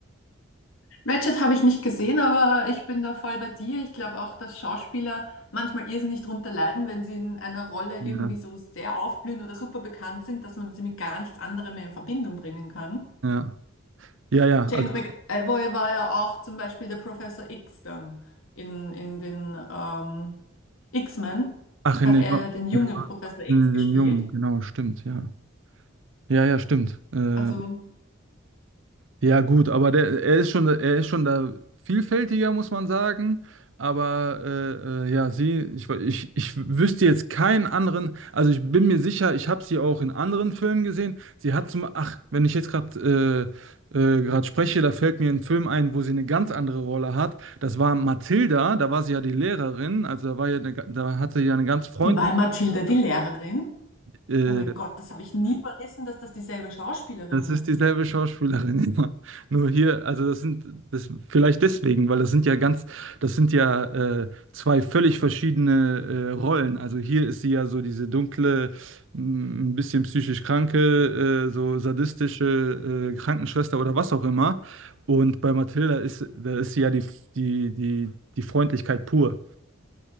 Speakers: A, on the left; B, on the right.
A: Ratched habe ich nicht gesehen, aber ich bin da voll bei dir. Ich glaube auch, dass Schauspieler manchmal irrsinnig drunter leiden, wenn sie in einer Rolle
B: Ja,
A: irgendwie so sehr aufblühen oder super bekannt sind, dass man sie mit gar nichts anderem mehr in Verbindung bringen kann.
B: ja, ja, ja,
A: James
B: also,
A: McAvoy war ja auch zum Beispiel der Professor X dann in, in den ähm, X-Men,
B: ach, in
A: hat
B: den,
A: er ja den jungen
B: in den,
A: Professor X
B: in
A: gespielt.
B: den Jungen, genau, stimmt, ja. Ja, ja, stimmt. Äh,
A: Also
B: Ja, gut, aber der, er ist schon, er ist schon da vielfältiger, muss man sagen. Aber äh, äh, ja, sie, ich, wü- ich, ich wüsste jetzt keinen anderen, also ich bin mir sicher, ich habe sie auch in anderen Filmen gesehen. Sie hat zum, ach, wenn ich jetzt gerade äh, äh, gerade spreche, da fällt mir ein Film ein, wo sie eine ganz andere Rolle hat. Das war Mathilda, da war sie ja die Lehrerin, also da war ja eine, ga- da hatte sie ja eine ganz freundliche
A: die war Mathilda, die Lehrerin.
B: äh,
A: Oh mein Gott, das habe ich nie verrissen, dass das dieselbe Schauspielerin
B: Das ist
A: ist.
B: dieselbe Schauspielerin, <laughs> ja. Nur hier, also das sind das vielleicht deswegen, weil das sind ja ganz, das sind ja äh, zwei völlig verschiedene äh, Rollen. Also hier ist sie ja so diese dunkle, m, ein bisschen psychisch kranke, äh, so sadistische äh, Krankenschwester oder was auch immer. Und bei Mathilda ist, da ist sie ja die, die, die, die Freundlichkeit pur.